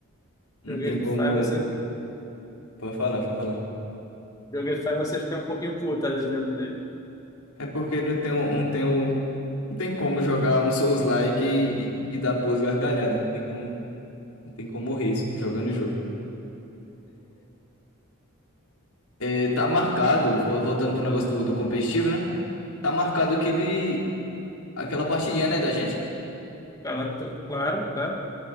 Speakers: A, on the left; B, on the left.
A: Não
B: joguei
A: tem
B: ele
A: como.
B: faz essa.
A: Pode falar, pode falar.
B: Jogo ele faz você ficar um pouquinho puto às vezes jogando ele.
A: É porque não tem, um, não tem, o, não tem como jogar um Souls-like e, e, e dar boas gargalhadas. Não tem como, não tem como morrer jogando o jogo. É, tá marcado, voltando pro negócio do, do competitivo, né? Tá marcado aquele, aquela partidinha, né, da gente?
B: Ela- Claro, tá?